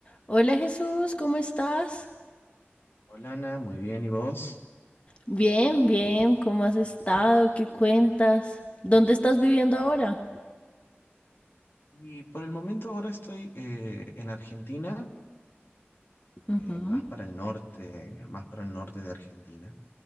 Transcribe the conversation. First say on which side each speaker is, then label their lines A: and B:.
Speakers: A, on the left (about 30°); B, on the left (about 65°).
A: Hola Jesús, ¿cómo estás?
B: Hola Ana, muy bien, ¿y vos?
A: Bien, bien, ¿cómo has estado? ¿Qué cuentas? ¿Dónde estás viviendo ahora?
B: Y por el momento ahora estoy eh, en Argentina,
A: Ujú.
B: eh, más para el norte, más para el norte de Argentina,